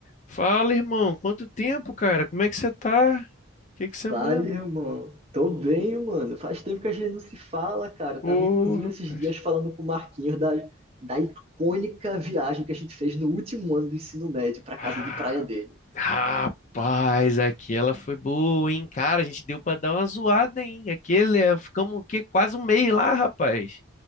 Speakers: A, on the left; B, on the right.
A: Fala, irmão. Quanto tempo, cara? Como é que você tá? O que que você
B: Fala,
A: manda?
B: irmão. Tô bem, mano. Faz tempo que a gente não se fala, cara. Eu
A: Ô,
B: tava inclusive
A: rapaz.
B: esses dias falando com o Marquinhos da, da icônica viagem que a gente fez no último ano do ensino médio pra
A: Ah,
B: casa de praia dele.
A: rapaz, aqui ela foi boa, hein? Cara, a gente deu pra dar uma zoada, hein? Aquele, é, ficamos o quê? Quase um mês lá, rapaz.